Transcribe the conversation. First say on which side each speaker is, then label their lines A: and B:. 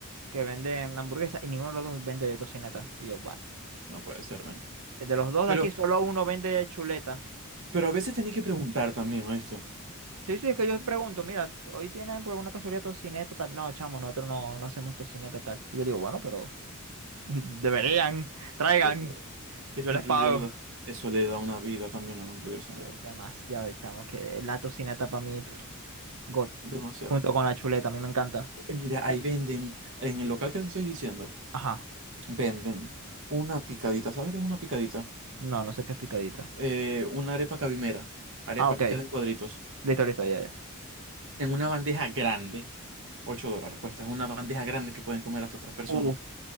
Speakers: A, on the right; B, on the right.
A: que venden hamburguesas y ninguno de los dos vende de tocineta. Y yo, bueno,
B: No puede ser, ven.
A: de los dos
B: Pero,
A: de aquí, solo uno vende de chuleta
B: pero a veces tenía que preguntar también, ¿oíste?
A: Sí, sí, es que yo pregunto, mira, hoy tienen por alguna casualidad tocineta tal. No, chamo, nosotros no, no hacemos tocineta tal. Y yo digo, bueno, pero <laughs> deberían, traigan,
B: Qué pedo. Es
A: yo
B: que
A: les
B: en realidad
A: pago.
B: lo- eso le da una vida también a la hamburguesa,
A: Ay,
B: mira.
A: Demasiado, chamo, que la tocineta para mí, pff, God,
B: Demasiado.
A: junto con la chuleta, a mí me encanta.
B: Eh, Mira, ahí
A: Eh,
B: venden, en el local que te estoy diciendo.
A: Ajá,
B: Venden una picadita. ¿Sabes qué es una picadita?
A: no, no sé qué es picadita.
B: Eh, una arepa cabimera. Arepa
A: Ah, ok,
B: picada en cuadritos.
A: listo, listo, ya, ya.
B: En una bandeja grande. ocho dólares cuesta. Es una bandeja grande que pueden comer hasta tres personas.
A: Uf,